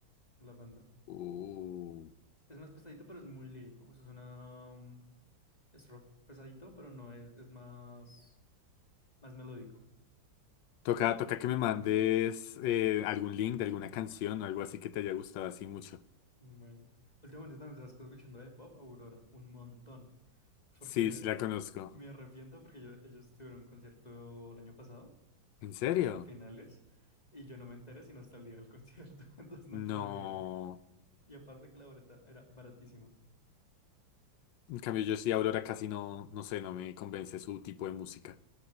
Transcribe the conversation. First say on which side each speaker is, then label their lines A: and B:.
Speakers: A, on the left; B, on the left.
A: la banda.
B: Oh.
A: Es más pesadito, pero es muy lírico. O sea, es una, mm, es rock pesadito, pero no es, es más, más melódico.
B: Toca, toca que me mandes eh, algún link de alguna canción o algo así que te haya gustado así mucho.
A: Bueno, últimamente también sabes que estoy escuchando de pop Aurora, un montón. Porque
B: Sí, sí la conozco.
A: me arrepiento porque yo- ellos tuvieron un concierto el año pasado
B: ¿En serio?
A: a finales y yo no me enteré sino hasta el día del concierto, <laughs> entonces no
B: No.
A: pude ir. Y aparte que la boleta era baratísima. A
B: En cambio, yo sí, Aurora casi no, no sé, no me convence su tipo de música.